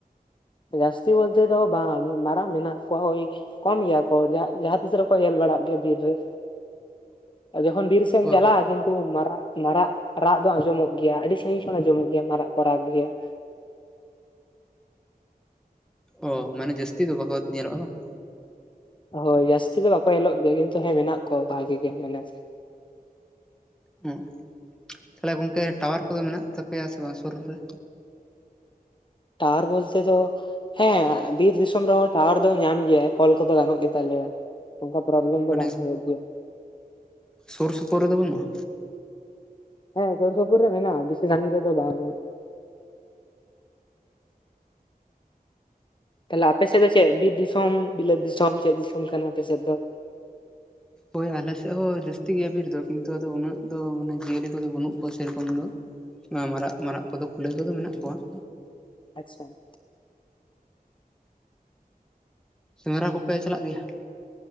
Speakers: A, on the left (about 30°); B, in the centre.
A: ᱡᱟᱹᱥᱛᱤ ᱵᱚᱞᱛᱮ ᱫᱚ ᱵᱟᱝ ᱢᱟᱨᱟᱜ ᱢᱮᱱᱟᱜ ᱠᱚᱣᱟ ᱦᱳᱭ ᱾ ᱠᱚᱢ ᱜᱮᱭᱟ ᱠᱚ ᱡᱟᱦᱟᱸ ᱡᱟᱸᱦᱟ ᱛᱤᱥ ᱨᱮᱠᱚ ᱧᱮᱞ ᱵᱟᱲᱟᱜ ᱜᱮᱭᱟ ᱵᱤᱨ ᱨᱮ, ᱡᱚᱠᱷᱚᱱ ᱵᱤᱨ ᱥᱮ ᱦᱚᱭ
B: ᱚ
A: ᱪᱟᱞᱟᱜᱼᱟ ᱠᱤᱱᱼᱼ ᱛᱩ ᱢᱟᱨᱟᱜ ᱢᱟᱨᱟᱜ ᱨᱟᱜ ᱫᱚ ᱟᱸᱡᱚᱢᱚᱜ ᱜᱮᱭᱟ ᱟᱹᱰᱤ ᱥᱟᱹᱜᱤᱧ ᱠᱷᱚᱱ ᱟᱸᱡᱚᱢᱚᱜ ᱜᱮᱭᱟ ᱢᱟᱨᱟᱜ ᱠᱚ ᱨᱟᱜ ᱜᱮᱭᱟ ᱾
B: ᱚ ᱢᱟᱱᱮ ᱡᱟᱹᱥᱛᱤ ᱫᱚ ᱵᱟᱠᱚ ᱧᱮᱞᱚᱜᱼᱟ ᱵᱟᱝ ᱾
A: ᱦᱳᱭ ᱡᱟᱹᱥᱛᱤ ᱫᱚ ᱵᱟᱠᱚ ᱧᱮᱞᱚᱜ ᱜᱮᱭᱟ, ᱠᱤᱱᱛᱩ ᱦᱮᱸ ᱢᱮᱱᱟᱜ ᱠᱚᱣᱟ ᱵᱷᱟᱜᱤ ᱜᱮ ᱢᱟᱱᱮᱼᱼ
B: ᱦᱩᱸ ᱛᱟᱦᱚᱞᱮ ᱜᱚᱝᱠᱮ ᱴᱟᱣᱟᱨ ᱠᱚᱫᱚ ᱢᱮᱱᱟᱜ ᱛᱟᱯᱮᱭᱟ ᱥᱮ ᱵᱟᱝ ᱥᱩᱨ ᱨᱮ?
A: ᱴᱟᱣᱟᱨ ᱵᱚᱞᱛᱮ ᱫᱚᱼᱼ ᱦᱮᱸ ᱵᱤᱨ ᱫᱤᱥᱚᱢ ᱨᱮᱦᱚᱸ ᱴᱟᱣᱟᱨ ᱫᱚ ᱧᱟᱢ ᱜᱮᱭᱟᱭ ᱠᱚᱞ ᱠᱚᱫᱚ ᱜᱟᱱᱚᱜ ᱜᱮᱛᱟᱞᱮᱭᱟ ᱾ ᱚᱱᱠᱟ ᱯᱨᱚᱵᱽᱞᱮᱢ ᱫᱚ
B: ᱢᱟᱱᱮ
A: ᱵᱟᱝ ᱦᱩᱭᱩᱜ ᱜᱮᱭᱟ ᱾
B: ᱥᱩᱨ ᱥᱩᱯᱩᱨ ᱨᱮᱫᱚ ᱵᱟᱹᱱᱩᱜᱼᱟ?
A: ᱦᱮᱸ ᱥᱩᱨ ᱥᱩᱯᱩᱨ ᱨᱮ ᱢᱮᱱᱟᱜᱼᱟ, ᱵᱤᱥᱤ ᱥᱟᱸᱜᱤᱧ ᱨᱮᱫᱚ ᱵᱟᱝ ᱾ ᱛᱟᱦᱚᱞᱮ ᱟᱯᱮ ᱥᱮᱫ ᱫᱚ ᱪᱮᱫ, ᱵᱤᱨ ᱫᱤᱥᱚᱢ ᱵᱤᱞᱟᱹᱛ ᱫᱤᱥᱚᱢ ᱪᱮᱫ ᱫᱤᱥᱚᱢ ᱠᱟᱱᱟ ᱟᱯᱮ ᱥᱮᱫ ᱫᱚ?
B: ᱦᱳᱭ ᱟᱞᱮ ᱥᱮᱫ ᱦᱚᱸ ᱡᱟᱹᱥᱛᱤ ᱜᱮᱭᱟ ᱵᱤᱨ ᱫᱚ, ᱠᱤᱱᱛᱩ ᱟᱫᱚ ᱩᱱᱟᱹᱜ ᱫᱚ ᱢᱟᱱᱮ ᱡᱤᱭᱟᱹᱞᱤ ᱠᱚᱫᱚ ᱵᱟᱹᱱᱩᱜ ᱠᱚᱣᱟ ᱾ ᱥᱮᱨᱚᱠᱚᱢ ᱫᱚ ᱦᱮᱸ ᱢᱟᱨᱟᱜ ᱢᱟᱨᱟᱜ ᱠᱚᱫᱚ ᱠᱩᱞᱟᱹᱭ ᱠᱚᱫᱚ ᱢᱮᱱᱟᱜ ᱠᱚᱣᱟ ᱾
A: ᱟᱪᱪᱷᱟ ᱾
B: ᱥᱮᱸᱫᱽᱨᱟ ᱠᱚᱯᱮ ᱪᱟᱞᱟᱜ ᱜᱮᱭᱟ?